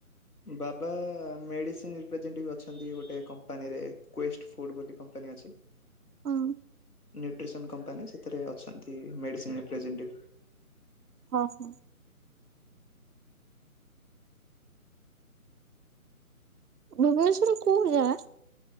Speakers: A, on the left (about 85°); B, on the right (about 90°).
A: ବାବା ମେଡିସେନ୍ ରିପ୍ରେଜେଣ୍ଟିଭ୍ ଅଛନ୍ତି ଗୋଟେ କମ୍ପାନୀରେ କୁଏଷ୍ଟ ଫୁଡ୍ ବୋଲି କ ଆଜ୍ଞା ଅଛି।
B: ହଁ
A: ନିଉଟେସନ କମ୍ପାନୀ ସେଥି ରେ ଅଛନ୍ତି ମେଡ଼ିସିନି ପ୍ରେଜେଣ୍ଟ ଟିବି।
B: ହଁ ହଁ। ଭୁବନେଶ୍ଵର କୋଉ ଜାଗା?